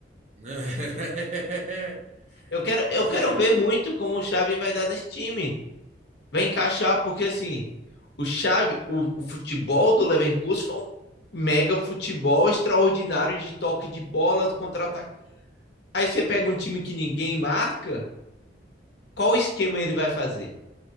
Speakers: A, on the right; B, on the left.
A: <laughs>
B: Eu quero,
A: Pois
B: eu quero
A: é.
B: ver muito como o Xabi vai dar nesse time. vai encaixar, porque assim, o chave, o, o futebol do Leverkusen foi um mega futebol extraordinário de toque de bola, contra-ataque. Aí você pega um time que ninguém marca, qual esquema ele vai fazer?